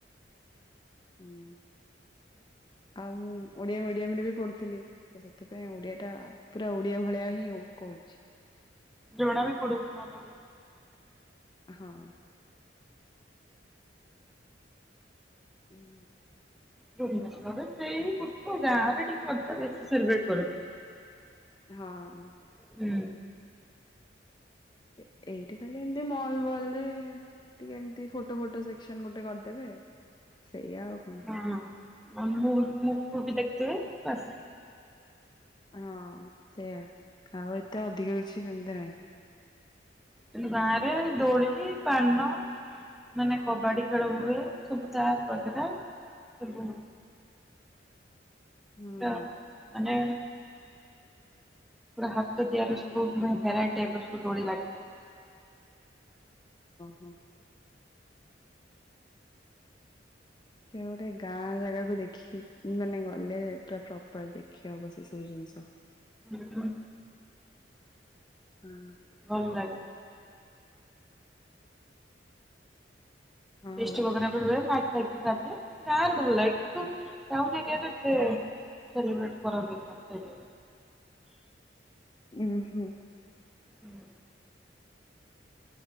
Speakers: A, on the left; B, in the centre.
A: ହୁଁ ଆଉ ମୁଁ ଓଡିଆ ମିଡିୟମ ରେ ବି ପଢୁଥିଲି। ତ ସେଥିପାଇଁ ଓଡିଆ ଟା ପୁରା ଓଡିଆ ଭଳିଆ ହିଁ ହଉ କହୁଚି।
B: ଜଣା ବି ପଡୁନି <unintelligible>
A: <unintelligible> <inaudible>
B: ଭୁବନେଶ୍ୱରରେ ସେଇ ପୂର୍ବ ଗାଁ ରେ ଟିକେ ଅଧି ବେଶୀ ସେଲିବ୍ରେଟ୍ କରନ୍ତି।
A: ହଁ ହଁ।
B: ହୁଁ।
A: ଏ ଏଇଠି ଖାଲି ଏମତି ମଲ ବଲ ରେ ଟିକେ ଏମତି ଫୋଟୋ ଫୋଟୋ ସେକ୍ସନ ଗୋଟେ କରିଦେବେ ସେଇଆ ଆଉ କଣ
B: ହଁ ମୁଁ ମୁଭିି ଫୁଭି ଦେଖଥିବେ ବାସ
A: ହଁ ସେଇୟା ଆଉ ଏତେ ଅଧିକ କିଛି ସେମତି ନାହିଁ।
B: କିନ୍ତୁ ଗାଁ ରେ ଦୋଳି ପାନ ମାନେ କବାଡି ଖେଳ ହୁଏ ସବୁ ତା ପାଖେରେ ସବୁ
A: ହୁଁ।
B: ତା ମାନେ ପୁରା ହାତ ତିଆରିର ସବୁ ମାନେ ଭେରାଇଟ ଟାଇପ ର ସବୁ ଦୋଳି ଲାଗେ।
A: ହୁଁ। ଦେଖିଆ ଗୋଟେ ଗାଁ ଜାଗାକୁୁ ଦେଖି ମାନେ ଗଲେ ପୁରା ପ୍ରପର ଦେଖି ହବ ସେ ସବୁ ଜିନିଷ।
B: ହୁଁ ହୁଁ।
A: ହଁ।
B: ଭଲ ଲାଗେ।
A: ଆଉ
B: ଫିଷ୍ଟ <unintelligible> ମାଇକ ଫାଇକ ବି ବାଜେ ଗାଁରେ ଭଲ ଲାଗେ କିନ୍ତୁ ଟାଉନ ଏରିଆରେ ଏତେ ସେଲିିବ୍ରେଟ କରନ୍ତିନି ମାନେ ଯାଇକି।
A: ଉଁ ହୁଁ।
B: ହୁଁ